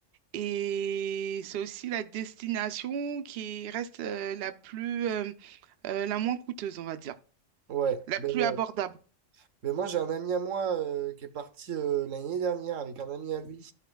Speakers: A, on the right; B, on the right.
A: et c'est aussi la destination qui reste euh, la plus euh, euh, la moins coûteuse, on va dire,
B: Ouais,
A: la
B: ben,
A: plus abordable.
B: Mais moi, j'ai un ami à moi euh, qui est parti euh, l'année dernière avec un ami à lui